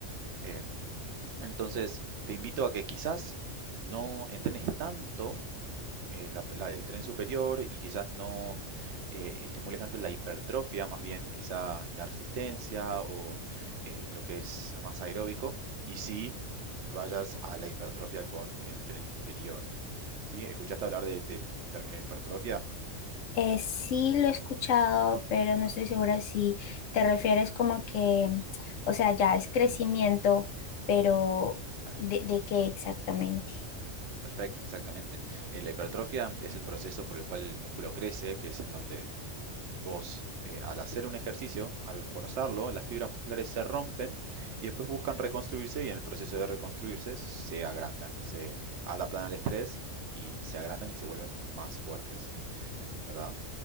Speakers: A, on the right; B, on the left.
A: Em, entonces, te invito a que quizás no entrenes tanto eh, la- la- el tren superior y quizás no eh, estimules tanto la hipertrofia, más bien quizá la resistencia o eh, lo que es más aeróbico, y si vayas a la hipertrofia con el tren inferior. ¿Sí? ¿Escuchaste hablar de- del término hipertrofia?
B: eh, sí lo he escuchado, pero no estoy segura si te refieres como que, o sea, ya es crecimiento, pero
A: Exacto,
B: ¿de, de qué exactamente?
A: perfecto, exactamente. Eh, la hipertrofia es el proceso por el cual el músculo crece, que es en donde Vos, eh, al hacer un ejercicio, al forzarlo, las fibras musculares se rompen y después buscan reconstruirse y en el proceso de reconstruirse se agrandan, se adaptan al estrés y se agrandan y se vuelven más fuertes, ¿verdad?